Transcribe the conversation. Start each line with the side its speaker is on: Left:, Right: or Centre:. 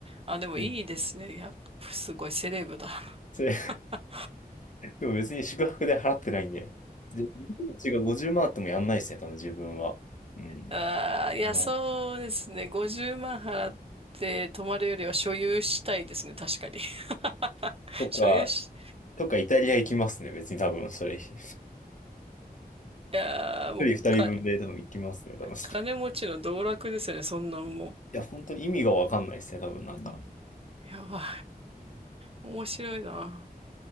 Right: あ、でもいいですね。
Left: ん
Right: いや、すごいセレブだ。
Left: それ
Right: <laughs>
Left: でも別に宿泊で払ってないんで。で、うちが50万あってもやんないですね、多分自分は。うん。
Right: ああ、いや、
Left: ね
Right: そうですね。50万払って泊まるよりは所有したいですね。確かに。<laughs>
Left: とか、
Right: 所有し、
Left: とかイタリア行きますね、別に多分それ。<laughs> 一
Right: いやー、もうか、
Left: 人二人分で多分行きますね、多分。い
Right: 金持ちの道楽ですよね。そんなんも
Left: や、本当に意味がわかんないですね、多分なんか。
Right: う。やばい。面白いな。